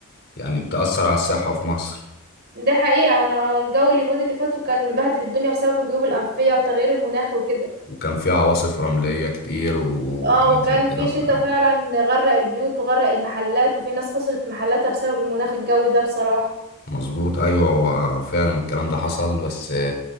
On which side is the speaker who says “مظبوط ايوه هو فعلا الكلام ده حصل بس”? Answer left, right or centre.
Left